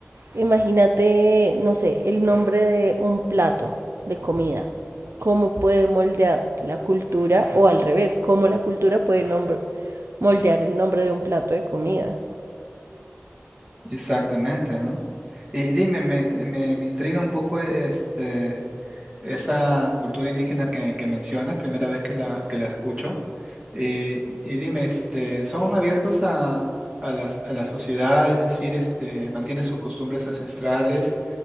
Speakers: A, on the right; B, on the right.
A: imagínate, no sé, el nombre de un plato de comida, cómo puede moldear la cultura, o al revés, cómo la cultura puede nombre- moldear el nombre de un plato de comida.
B: Exactamente, ¿no? Y dime, me, int- me, me intriga un poco este, Esa cultura indígena que, que mencionas, primera vez que la, que la escucho. Eh, y dime, este, ¿son abiertos a, a las- a la sociedad? Es decir, este, ¿mantienen sus costumbres ancestrales